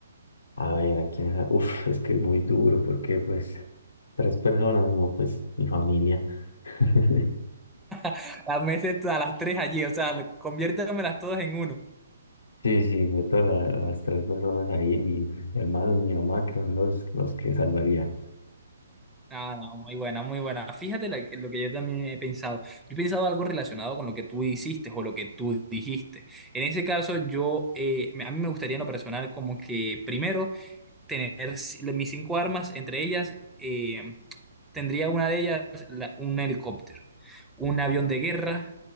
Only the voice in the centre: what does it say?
<laughs> Las meses a las tres allí, o sea, conviértamelas todas en uno.
Ah, no, muy buena, muy buena. Fíjate la que- lo que yo también he pensado. Yo he pensado algo relacionado con lo que tú hiciste o lo que tú dijiste. En ese caso, yo, eh, me- a mí me gustaría en lo personal como que primero tener ci- mis cinco armas, entre ellas eh, tendría una de ellas la- un helicóptero, un avión de guerra,